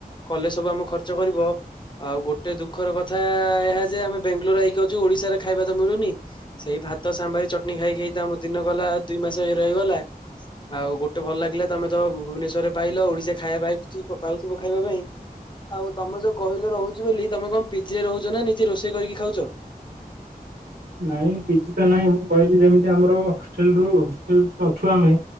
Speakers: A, on the left; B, on the right.
A: କଲେଜ ସବୁ ଆମ ଖର୍ଚ୍ଚ କରିବ। ଆଉ ଗୋଟେ ଦୁଃଖର କଥା ଏହା ଯେ ଆମେ ବେଙ୍ଗାଲୋର ଆଇକି ଅଛୁ ଓଡିଶାରେ ଖାଇବା ତ ମିଳୁନି ସେଇ ଭାତ ସାମ୍ବାର ଚଟଣି ଖାଇ ଖାଇତ ଆମ ଦିନ ଗଲା ଦୁଇ ମାସ ରହିଗଲା ଆଉ ଗୋଟେ ଭଲ ଲାଗିଲା ତମେ ତ ଭୁବନେଶ୍ୱରରେ ପାଇଲ ଓଡିଶା ଖା ଖାଇବା ପାଇ <unintelligible> ପାଉଥିବ ଖାଇବା ପାଇଁ ଆଉ ତମେ ଯୋଉ କହିଲେ ରହୁଚି ବୋଲି ତମେ କଣ ପିଜିରେ ରହୁଛ ନା ନିଜେ ରୋଷେଇ କରିକି ଖାଉଛ?
B: ନାଇଁ ପିଜିତ ନାଇଁ ମୁଁ କହିଲି ଯେମିତି ଆମର ହଷ୍ଟେଲରୁୁ ହେଷ୍ଟେଲ ଛୁଆ ଅଛୁ ଆମେ